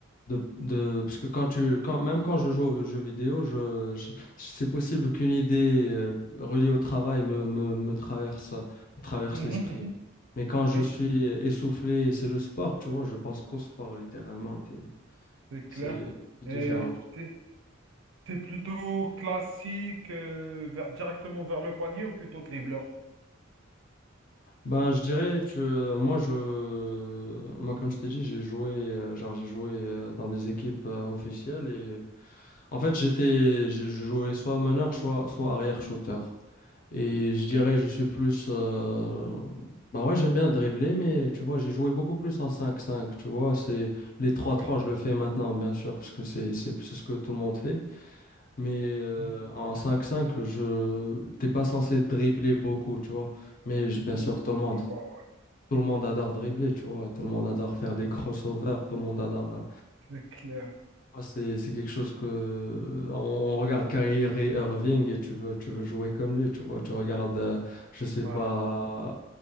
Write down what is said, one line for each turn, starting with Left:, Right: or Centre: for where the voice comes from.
Left: de, de- Parce que quand tu... Quand, même quand je joue aux jeux vidéo, je, je- c'est possible qu'une idée euh, reliée au travail me, me, me traverse, me traverse
Right: mhm,
Left: l'esprit.
Right: mhm.
Left: Mais quand je
Right: Oui,
Left: suis essoufflé, et c'est le sport, tu vois, je pense qu'au sport, littéralement, et t'es-
Right: c'est clair.
Left: c'est différent.
Right: Et t'es, t'es plutôt classique, euh, vers- directement vers le panier ou plutôt dribbleur?
Left: Ben, je dirais que euh, moi, je, moi, comme je t'ai dit, j'ai joué, euh, genre, j'ai joué euh, dans des équipes euh, officielles et en fait, j'étais, j'ai je jouais soit meneur, soit, soit arrière shooter. Et je
Right: OK.
Left: dirais, je suis plus, euh, ben ouais, j'aime bien dribbler, mais tu vois, j'ai joué beaucoup plus en cinq cinq tu vois, c'est les trois
Right: Ah oui,
Left: trois je le fais maintenant, bien sûr, parce que c'est, c'est, c'est ce que tout le monde fait. Mais euh,
Right: Mm,
Left: en cinq cinq je, t'es pas censé dribbler beaucoup, tu vois. Mais je-
Right: mm,
Left: bien sûr,
Right: mm,
Left: tout
Right: presque
Left: le monde
Right: pas, ouais.
Left: tout le monde adore dribbler, tu vois. Tout le monde adore faire des crossovers.
Right: C'est
Left: Tout le monde adore. euh,
Right: c'est clair.
Left: moi, C'est, c'est quelque chose que. On, on regarde Kyrie Irving et tu veux, tu veux jouer comme lui, tu vois. Tu regardes, euh, je sais
Right: Ouais.
Left: pas,